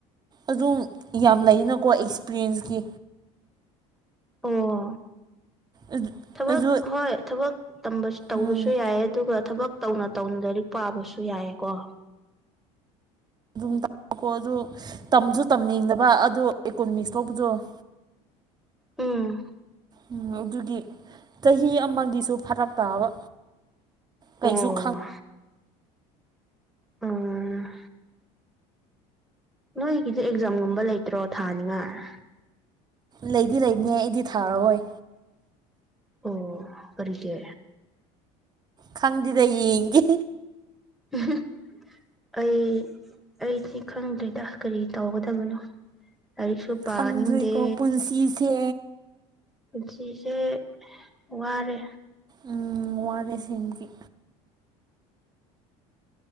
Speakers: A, on the right; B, in the centre.
A: ꯑꯗꯨꯝ ꯌꯥꯝ ꯂꯩꯅꯀꯣ ꯑꯦꯛꯁꯄꯔꯤꯌꯦꯟꯁꯀꯤ
B: ꯑꯣ
A: ꯑꯗꯨ
B: ꯊꯕꯛ
A: ꯑꯗꯨ
B: ꯍꯣꯏ ꯊꯕꯛ ꯇꯝ ꯇꯧꯕꯁꯨ
A: ꯎꯝ
B: ꯌꯥꯏ ꯑꯗꯨꯒ ꯊꯕꯛ ꯇꯧꯅ ꯇꯧꯅ ꯂꯥꯏꯔꯤꯛ ꯄꯥꯕꯁꯨ ꯌꯥꯏꯌꯦꯀꯣ
A: ꯎꯝ ꯀꯣ ꯑꯗꯨ ꯇꯝꯁꯨ ꯇꯝꯅꯤꯡꯗꯕ ꯑꯗꯨ ꯑꯦꯀꯨꯅꯣꯃꯤꯛꯁ ꯇꯧꯕꯗꯣ <unintelligible>
B: ꯎꯝ
A: ꯅꯪꯍꯧꯗ꯭ꯔꯗꯤ ꯆꯍꯤ ꯑꯃꯒꯤꯁꯨ ꯐꯔꯛ ꯇꯥꯕ ꯀꯩꯁꯨ
B: ꯑꯣ
A: ꯈꯪ
B: ꯎꯝ ꯅꯣꯏꯒꯤꯗꯤ ꯑꯦꯛꯖꯥꯝꯒꯨꯝꯕ ꯂꯩꯇ꯭ꯔꯣ ꯊꯥꯅꯤꯉꯥꯏ
A: ꯂꯩꯗꯤ ꯂꯩꯕꯅꯦ ꯑꯩꯗꯤ ꯊꯥꯔꯔꯣꯏ
B: ꯑꯣ ꯀꯔꯤꯒꯤ
A: ꯈꯪꯗꯦꯗ ꯌꯦꯡꯒꯦ
B: <unintelligible> ꯑꯩ ꯑꯩꯁꯤ ꯈꯪꯗ꯭ꯔꯦꯗ ꯀꯔꯤ ꯇꯧꯒꯗꯕꯅꯣ ꯂꯥꯏꯔꯤꯛꯁꯨ ꯄꯥꯅꯤꯡꯗꯦ
A: ꯈꯪꯗ꯭ꯔꯤꯀꯣ ꯄꯨꯟꯁꯤꯁꯦ
B: ꯄꯨꯟꯁꯤꯁꯦ ꯋꯥꯔꯦ
A: ꯎꯝ ꯋꯥꯔꯦ ꯁꯦꯡꯕꯒꯤ